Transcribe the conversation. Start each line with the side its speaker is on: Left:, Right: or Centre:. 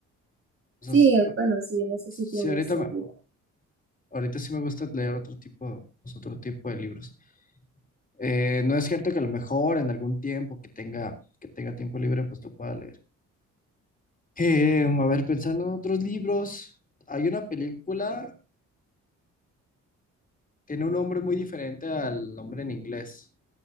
Left: O sea,
Right: Sí,
Left: s-
Right: eh, bueno, sí, en eso
Left: sí,
Right: sí tiene
Left: ahorita,
Right: sentido.
Left: me- ahorita sí me gusta leer otro tipo, pues, otro tipo de libros. Eh, no es cierto que a lo mejor en algún tiempo que tenga, que tenga tiempo libre, pues lo pueda leer. Eh, a ver, pensando en otros libros, hay una película, tiene un nombre muy diferente al nombre en inglés.